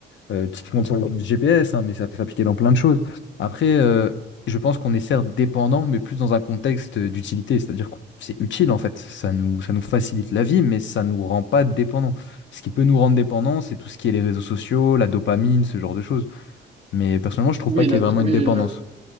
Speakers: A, on the left; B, on the right.
A: Euh, typiquement pour le GPS, hein, mais ça peut s'appliquer dans plein de choses. Après, euh, je pense qu'on est certes dépendant, mais plus dans un contexte d'utilité, c'est-à-dire que c'est utile en fait. Ça nous, ça nous facilite la vie, mais ça nous rend pas dépendants. Ce qui peut nous rendre dépendants, c'est tout ce qui est les réseaux sociaux, la dopamine, ce genre de choses. Mais personnellement, je trouve
B: Oui,
A: pas qu'il
B: là,
A: y ait vraiment
B: t- oui,
A: une dépendance.
B: là,